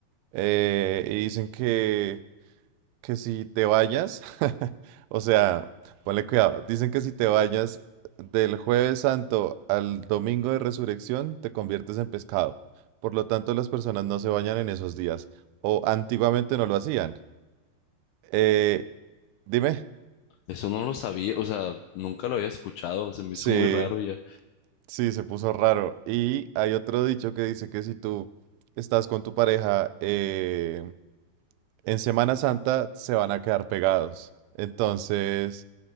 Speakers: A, on the right; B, on the left.
A: Eh, y dicen que que si te vayas, <laughs> o sea, ponle cuidado, dicen que si te vayas del jueves santo al domingo de resurrección, te conviertes en pescado. Por lo tanto, las personas no se bañan en esos días, o antiguamente no lo hacían. Eh, dime,
B: Eso no lo sabía, o sea, nunca lo había escuchado, se me
A: sí,
B: hizo muy raro ya.
A: sí, se puso raro. Y hay otro dicho que dice que si tú estás con tu pareja eh, en Semana Santa, se van a quedar pegados. Entonces...